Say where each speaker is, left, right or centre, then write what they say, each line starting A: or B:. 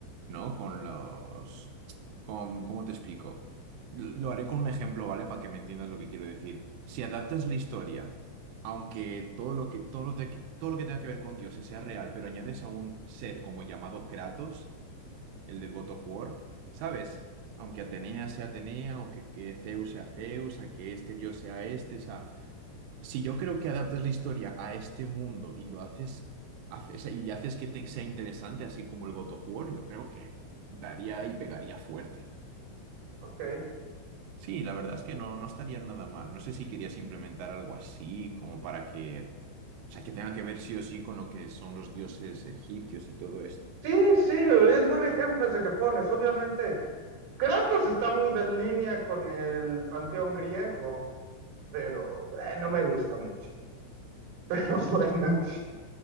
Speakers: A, on the right; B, on the right.
A: ¿no? Con los, con, ¿cómo te explico? L- Lo haré con un ejemplo, ¿vale? Para que me entiendas lo que quiero decir. Si adaptas la historia, aunque todo lo que, todo lo te- todo lo que tenga que ver con dioses sea real, pero añades a un ser como llamado Kratos, el del God of War, ¿sabes? Aunque Atenea sea Atenea, aunque que Zeus sea Zeus, aunque este dios sea este, o sea, si yo creo que adaptas la historia a este mundo y lo haces, hace- o sea, y haces que te- sea interesante, así como el God of War, yo creo que daría y pegaría fuerte.
B: Ok.
A: Sí, la verdad es que no, no estaría nada mal. No sé si querías implementar algo así, como para que, o sea, que tenga que ver sí o sí con lo que son los dioses egipcios y todo esto.
B: Sí, sí, es buen ejemplo ese que pones. Obviamente, Kratos está muy de línea con el panteón griego, pero eh, no me gusta mucho. <laughs> Pero
A: Mm, Ya.
B: bueno,